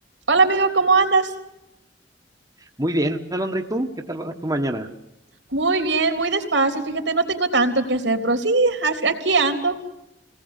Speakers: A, on the right; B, on the right.
A: Hola amigo, ¿cómo andas?
B: Muy bien, Alondra, ¿y tú? ¿Qué tal va tu mañana?
A: Muy bien, muy despacio. Fíjate, no tengo tanto que hacer, pero sí, as- aquí ando.